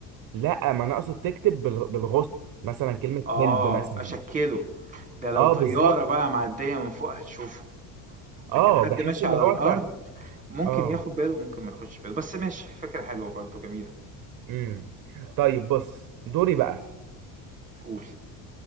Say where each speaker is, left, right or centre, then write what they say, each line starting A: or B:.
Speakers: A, on the right; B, on the right.
A: لا ما انا اقصد تكتب بال- بالغصن مثلا كلمة
B: آه،
A: هلب مثلا
B: أشكِّله، ده لو
A: اه
B: طيارة
A: بالظبط
B: بقى معدية من فوق هتشوفه، لكن
A: اه
B: حد
A: بحس
B: ماشي
A: اللي
B: على
A: هو
B: الأرض
A: انت
B: ممكن
A: اه
B: ياخد باله وممكن ما ياخدش باله، بس ماشي فكرة حلوة برضه جميلة،
A: امم طيب بص دوري بقى
B: قُل.